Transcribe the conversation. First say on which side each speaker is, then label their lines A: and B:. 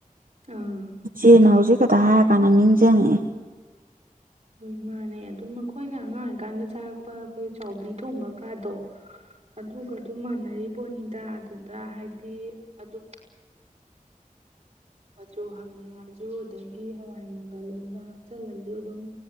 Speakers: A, on the right; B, on the right.
A: ꯑꯥ
B: ꯏꯆꯦꯅ ꯍꯧꯖꯤꯛꯈꯛꯇ ꯍꯥꯏꯔ ꯀꯥꯟꯗ ꯅꯤꯡꯖꯡꯑ‌ꯦ
A: ꯍꯣꯏ ꯃꯥꯅꯦ ꯑꯗꯨꯝ ꯃꯈꫭꯏꯅ ꯑꯉꯥꯡ ꯑꯣꯏꯀꯥꯟꯗ ꯆꯥꯔꯛꯄ ꯑꯩꯈꯣꯏ ꯆꯕꯤ ꯊꯣꯡꯕ ꯀꯥꯗꯣ ꯑꯗꯨꯒ ꯑꯗꯨꯝ ꯃꯥꯟꯅꯔꯤ ꯄꯣꯠꯅꯤꯗ ꯑꯗꯨꯗ ꯍꯥꯏꯗꯤ ꯑꯗꯨꯝ
B: <inaudible>
A: ꯃꯆꯨ ꯍꯥꯡꯅꯤꯡꯉꯁꯨ ꯑꯗꯒꯤ ꯍꯋꯥꯏ ꯃꯪꯒꯜꯒꯨꯝꯕ ꯍꯥꯞꯆꯤꯜꯂꯁꯨ ꯑꯗꯨꯝ